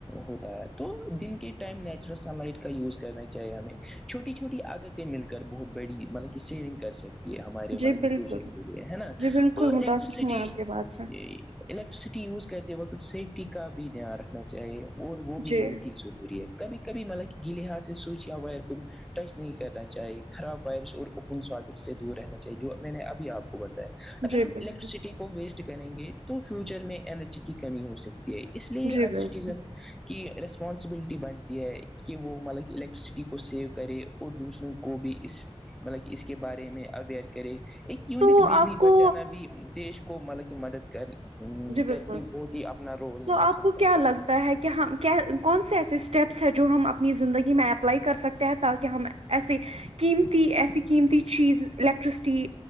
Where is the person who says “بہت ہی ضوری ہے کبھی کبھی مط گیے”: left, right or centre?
Centre